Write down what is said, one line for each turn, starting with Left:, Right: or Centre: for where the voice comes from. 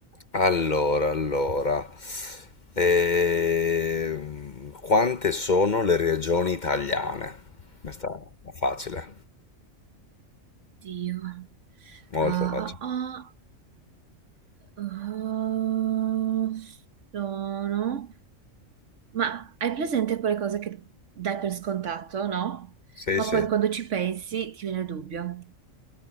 Left: Allora, allora, Ehm, quante sono le regioni italiane? Questa è facile,
Right: Dio.
Left: molto
Right: Ah,
Left: facile.
Right: ah, ah. Ah, sono... Ma hai presente quelle cose che dai per scontato, no?
Left: Sì,
Right: Ma
Left: sì.
Right: poi quando ci pensi ti viene il dubbio.